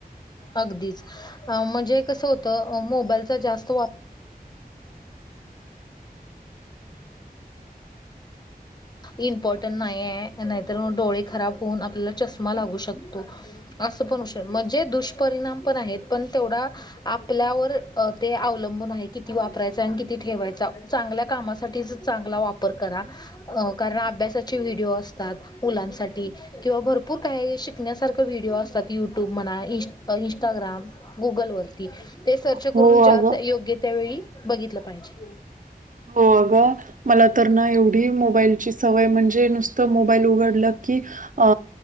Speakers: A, on the left; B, on the right.
A: अगदीच म्हणजे कसं होतं अ मोबाईलचा जास्त वाप इम्पॉर्टंट नाही आहे नाहीतर डोळे खराब होऊन, आपल्याला चष्मा लागू शकतो. असं पण होऊ शकतं म्हणजे दुष्परिणाम पण आहेत पण तेवढा आपल्यावर ते अवलंबून आहे किती वापरायच आणि किती ठेवायचा. चांगल्या कामासाठीच चांगला वापर करा. अ कारण अभ्यासाचे व्हिडीओ असतात मुलांसाठी. किंवा भरपूर काही शिकण्यासारख व्हिडिओ असतात युट्यूब म्हणा इ इंस्टाग्राम. गुगल वरती ते सर्च
B: हो
A: करून ज्या
B: अगं
A: योग्य त्यावेेळी बघितलं पाहिजे.
B: हो अग मला तर ना एवढी मोबाईलची सवय म्हणजे नुसतं मोबाईल उघडलं की अ